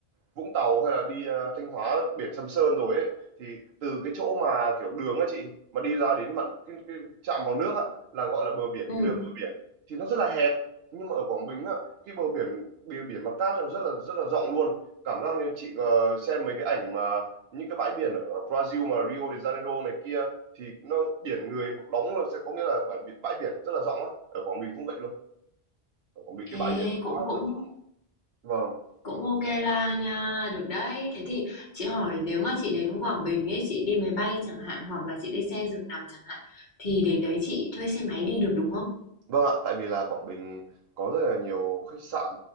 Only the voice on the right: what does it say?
Vũng Tàu hay là đi ờ, Thanh Hóa biển Sầm Sơn rồi ấy thì từ cái chỗ mà kiểu đường á chị mà đi ra đến mặn cái, cái, chạm vào nước á là gọi là bờ biển
cái đường bờ biển thì nó rất là hẹp nhưng mà ở Quảng Bình á cái bờ biển bờ biển mà cát là rất là rất là rộng luôn cảm giác như chị ờ, xem mấy cái ảnh mà những cái bãi biển ở Brazil mà Rio de Janeiro này kia thì nó biển người một đống luôn sẽ có nghĩa là bãi biển bãi biển rất là rộng á ở Quảng Bình cũng vậy luôn ở Quảng Bình cái
bãi biển quá
rất rộng vâng
Vâng ạ, tại vì là Quảng Bình có rất là nhiều khách sạn,